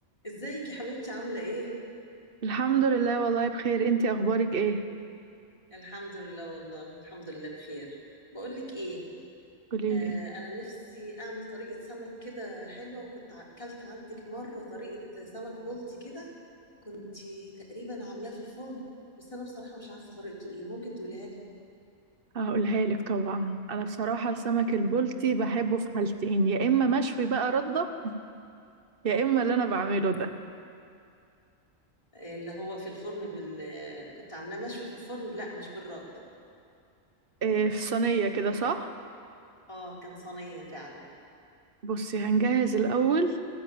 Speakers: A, on the left; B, on the right.
A: ازيك يا حبيبتي عاملة ايه؟
B: الحمد لله والله بخير انتي اخبارك ايه
A: الحمد لله والله الحمد لله بخير بقولك ايه
B: قوليلي
A: آه انا نفسي اعمل طريقة سمك كده حلوة وكنت ع- اكلت عندك مرة طريقة سمك بلطي كده كنت تقريبا عاملاه في الفرن بس انا بصراحة مش عارفة طريقته ايه ممكن تقوليها لي؟
B: هقولها لك طبعا انا بصراحه السمك البلطي بحبه في حالتين يا اما مشوي بقى رده يا اما اللي انا
A: مم.
B: بعمله ده
A: آه، اللي هو في الفرن بال آه، كنت عاملاه مشوي في الفرن لا مش بالردة
B: إيه في صينيه كده صح
A: اه كان صينية فعلا
B: بصي هنجهز الاول